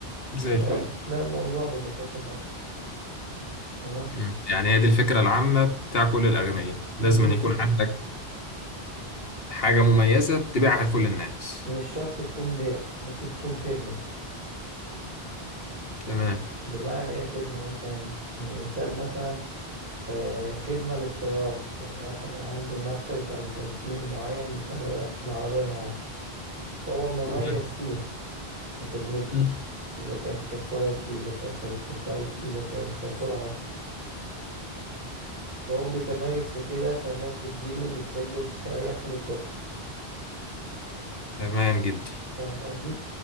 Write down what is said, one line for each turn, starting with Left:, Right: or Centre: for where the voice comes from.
Left: زي
Right: ده
Left: الفل
Right: ده الموضوع ببساطة خالص تمام
Left: مم. يعني هي دي الفكره العامه بتاع كل الاغنياء لازم
Right: دي الفكرة
Left: أن يكون عندك حاجه مميزه تبيعها لكل الناس
Right: مش شرط تكون بيع ممكن تكون خدمة
Left: تمام
Right: بمعنى ايه خدمة مثلا مثال مثلا آه، خدمة للسيارات يعني واحد عنده مركز أو توكيل معين لسرايا- لعربية معينة فهو مميز
Left: تمام
Right: فيها في خدمته
Left: مم.
Right: إذا كانت ككواليتي إذا كانت كبرايس إذا كانت كسرعة فهو بيتميز في كده فالناس بتجيله وبتحبه وتستريح فبتروح
Left: تمام جدا
Right: فاهم قصدي